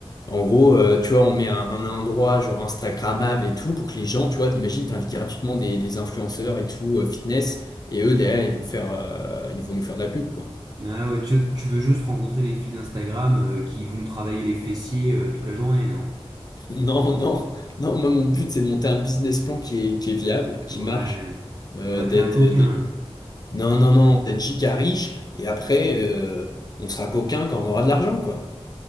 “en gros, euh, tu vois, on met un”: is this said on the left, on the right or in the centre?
Left